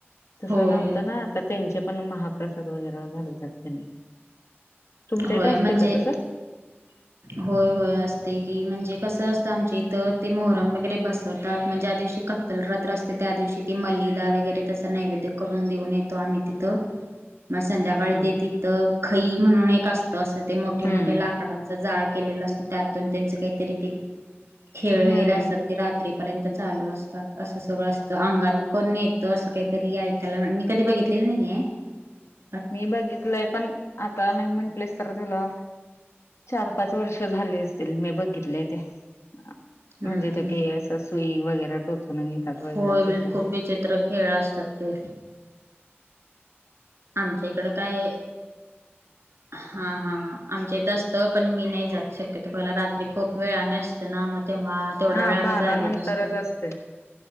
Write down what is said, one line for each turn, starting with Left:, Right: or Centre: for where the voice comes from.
Left: तसं
Right: होय
Left: नव्हतं ना आता त्यांचे पण महाप्रसाद वगैरे घालतात त्यांनी तुमच्या
Right: होय
Left: इथे असते
Right: म्हणजे
Left: का तसं
Right: होय होय असते कि म्हणजे कसं असतं आमच्या इ तर ते मोहरम वगैरे बसवतात मग ज्या दिवशी कत्तल रात्र असते त्या दिवशी ते मलिदा वगैरे तस नैवेद करून देऊन येतो आम्ही तिथं मग संध्याकाळी
Left: हम्म
Right: ते तिथं खई म्हणून एक असतं असं ते मोठे
Left: हम्म
Right: मोठे लाकडांचं जाड केले असत त्यातून त्यांच काहीतरी ते खेळ
Left: हम्म
Right: वगैरे असतात ते रात्रीपर्यंत चालू असतात असं सगळं असतं अंगात पण येतं असं काहीतरी ऐकायला मी कधी बघितलेलं नाहीय आवाज नाही
Left: मी बघितलंय पण आता नाही म्हंटले तर तुला चार पाच वर्ष झाले असतील मी बघितलेय ते म्हणजे
Right: हम्म
Left: त का असं सुई वगैर टोचून घेतात वगैरे
Right: होय
Left: तस
Right: खूप विचित्र खेळ असतात ते आमच्या इकडं काय हा हा हा आमच्यात असत. पण, मी नाही जात शक्यतो बला रात्री खूप वेळानं असतं ना म तेव्हा तेवढा
Left: हा
Right: वेळ आम्ही
Left: बारा
Right: जागे
Left: नंतरच
Right: नसतो
Left: असते